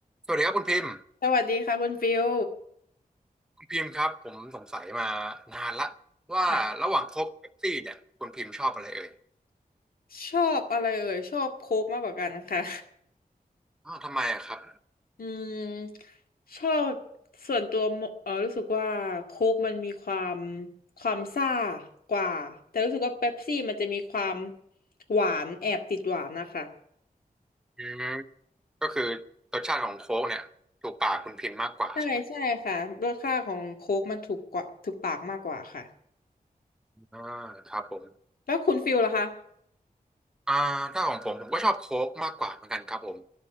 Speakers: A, in the centre; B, on the left (about 75°).
A: สวัสดีครับคุณพิมพ์
B: สวัสดีค่ะคุณฟิล
A: คุณพิมพ์ครับผมสงสัยมานานละว่าระหว่างโค้กเป๊ปซี่เนี่ยคุณพิมพ์ชอบอะไรเอ่ย
B: ค่ะชอบอะไรเอ่ยชอบโค้กมากกว่ากันค่ะ
A: อ้าวทำไมอะครับ
B: <laughs> อืมชอบส่วนตัวมเออรู้สึกว่าโค้กมันมีความความซ่ากว่าแต่รู้สึกว่าเป๊ปซี่มันจะมีความหวานแอบติดหวานนะคะ
A: อืมก็คือรสชาติของโค้กเนี่ยถูกปากคุณพิมพ์มากกว่าใช่ไหม
B: ใช่ใช่ค่ะรสชาติของโค้กมันถูกกว่าถูกปากมากกว่าค่ะ
A: อ่าครับผม
B: แล้วคุณฟิลล่ะคะ
A: อ่าถ้าของผมผมก็ชอบโค้กมากกว่าเหมือนกันครับผม